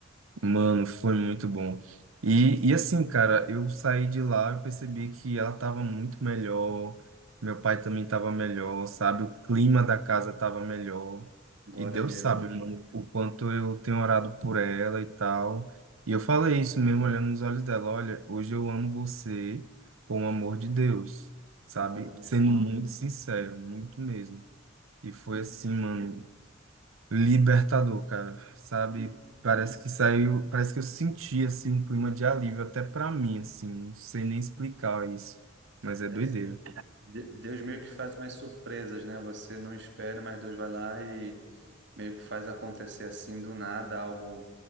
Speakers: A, on the right (about 85°); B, on the right (about 60°).
A: Mano, foi muito bom. E, e assim, cara, eu saí de lá e percebi que ela tava muito melhor, meu pai também tava melhor, sabe? O clima da casa tava melhor.
B: Glória
A: E Deus
B: a Deus.
A: sabe, mano, o quanto eu tenho orado por ela e tal. E eu falei isso mesmo olhando nos olhos dela, olha, hoje eu amo você com o amor de Deus, sabe?
B: Glória a Deus.
A: Sendo muito sincero, muito mesmo. E foi
B: Que bênção,
A: assim, mano,
B: cara.
A: Libertador, cara, sabe?
B: Não,
A: Parece que saiu, parece que eu senti assim um clima de alívio até pra mim, assim, não sei nem explicar isso, mas é doideira.
B: Assim, de- Deus meio que faz mais surpresas, né? Você não espera, mas Deus vai lá e meio que faz acontecer assim do nada, algo